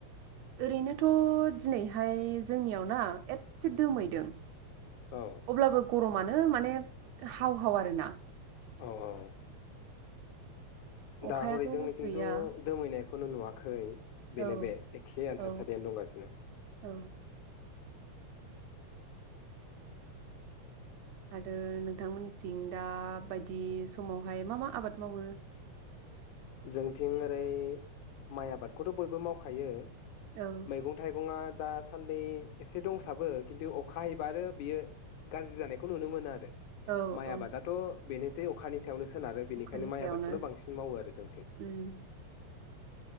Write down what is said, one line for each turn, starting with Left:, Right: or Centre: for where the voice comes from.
Right: ओरैनोथ' दिनैहाय जोंनियाव ना एदसे दोमैदों
Left: औ
Right: अब्लाबो गरमानो <unintelligible> माने हाव हाव आरोना
Left: औ औ
Right: अखायाथ'
Left: दा हरै जोंनिथिंथ'
Right: गैया
Left: दोमैनाय खौनो नुवाखै
Right: औ
Left: बेनो बे एखे आन्थासारियानो
Right: औ
Left: दंगासिनो
Right: औ आरो नोंथांमोननिथिं दा बायदि समावहाय मा मा आबाद मावो?
Left: जोंथिं ओरै माइ आबादखौथ' बयबो मावखायो।
Right: औ
Left: मैगं थाइगंआ दासान्दि एसे दंसाबो खिन्थु अखा हायोबा आरो बियो गाज्रि जानायखौ नुनो मोनो आरो
Right: औ
Left: माइ
Right: औ
Left: आबादाथ' बेनोसै अखानि सायावनो सोनारो बेनिखायनो
Right: अखानि
Left: माइ
Right: सायावनो
Left: आबादखौनो बांसिन मावो आरो जों
Right: उम <inaudible>